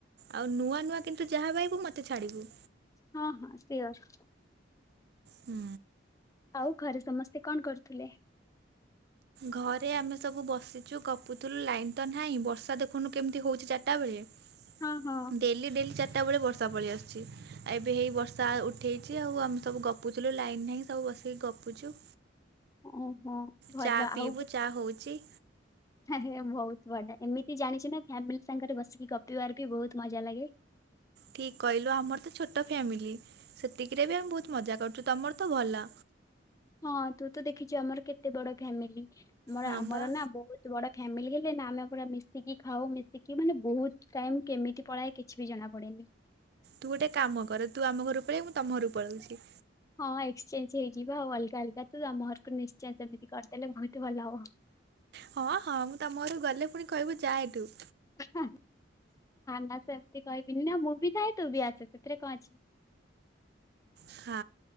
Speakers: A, on the right; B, on the left.
A: ଆଉ ନୂଆ ନୂଆ କିନ୍ତୁ ଯାହା ପାଇବୁ ମତେ ଛାଡିବୁ?
B: ହଁ ହଁ ସିଓର।
A: ହୁଁ।
B: ଆଉ ଘରେ ସମସ୍ତେ କଣ କରୁଥିଲେ?
A: ଘରେ ଆମେ ସବୁ ବସିଛୁ ଗପୁଥିଲୁ ଲାଇନ ତ ନାହିଁ ବର୍ଷା ବର୍ଷା ଦେଖନ୍ତୁ କେମିତି ହଉଛି ଚାରିଟା ବେଳେ
B: ହଁ ହଁ
A: ଡେଲି ଡେଲି ଚାରିଟା ବେଳେ ବର୍ଷା ପଳି ଆସିଛି ଆଉ ଏବେ ହେଇ ବର୍ଷା ଉଠେଇଛି ଆଉ ଆମେ ସବୁ ଗପୁଥିଲୁ ଲାଇନ ନାହିଁ। ସବୁ ବସିକି ଗପୁଚୁ।
B: ଓହୋ। ଭଲ
A: ଚା ପିଇବୁ,
B: ଆଉ
A: ଚା ହଉଛିି।
B: <unintelligible> ବହୁତ ବଢି଼ଆ, ଏମିତି ଜାଣିଛ ନା ଫ୍ୟାମିଲି ସାଙ୍ଗରେ ବସିକି ଗପିବାର ବି ବହୁତ ମଜା ଲାଗେ।
A: ଠିକ କହିଲୁ, ଆମର ତ ଛୋଟ ଫ୍ୟାମିଲି ସେତିକିରେ ବି ଆମେ ବହୁତ ମଜା କରୁଛୁ, ତମର ତ ଭଲ।
B: ହଁ, ତୁ ତ ଦେଖିଛୁ ଆମର କେତେ ବଡ ଫ୍ୟାମିଲି, ଆମର
A: ହଁ
B: ଆମର
A: ବା।
B: ନା ବହୁତ ଏତେ ବଡ଼ ଫ୍ୟାମିଲି ହେଲେ ନା ଆମେ ପୁରା ମିଶିକି ଖାଉ ମିଶିକି ମାନେ ବହୁତ ଟାଇମ କେମିତି ପଳାଏ କିଛି ବି ଜଣା ପଡେ଼ନି।
A: ତୁ ଗୋଟେ କାମ କର ତୁ ଆମ ଘରକୁ ପଳେୟା ମୁଁ ତମ ଘରକୁ ପଳଉଛି।
B: ହଁ, ଏକ୍ସଚେଞ୍ଜ ହେଇଯିବା ଆଉ ଅଲଗା ଅଲଗା, ତୁ ଆମ ଘରକୁ ନିଶ୍ଚୟ ସେମିତି କର। ତହେଲେ ବହୁତ ଭଲ ହବ।
A: ହଁ, ହଁ, ମୁଁ ତମ ଘରୁ ଗଲେ ପୁଣି କହିବୁ ଯା ଏଠୁ଼?
B: ନା ନା, ସେମତି କହିବିନି ନା, ମୁଁ ବି ଥାଏ ତୁ ବି ଆସ ସେଥିରେ କଣ ଅଛି।
A: ହଁ,